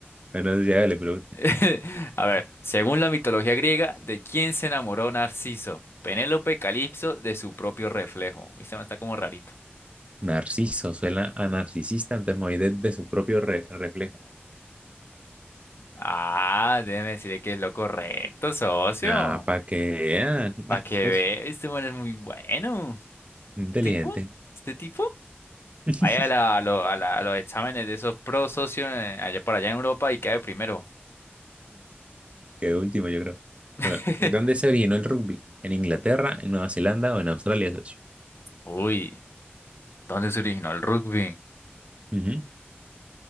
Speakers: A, on the right (about 30°); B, on the left (about 70°).
A: Bueno, ya le pregunto.
B: <laughs> A ver, según la mitología griega, ¿de quién se enamoró Narciso? Penélope Calipso de su propio reflejo. Uy, se me está como rarito.
A: Narciso, suena a narcisista, entonces me voy de, de su propio re- reflejo.
B: Ah, déjeme decirle que es lo correcto, socio.
A: Ah, para que vean.
B: Para
A: Ah,
B: que
A: soy
B: ve, este man es muy bueno.
A: inteligente.
B: ¿Este tipo? ¿Este tipo?
A: <laughs>
B: Vaya a, la- a lo- a la- a los exámenes de esos pro socios eh, allá por allá en Europa y cae primero.
A: Qué último, yo creo.
B: <laughs>
A: Ah, ¿Dónde se originó el rugby? ¿En Inglaterra, en Nueva Zelanda o en Australia, socio?
B: Uy, ¿dónde se originó el rugby?
A: Ujú.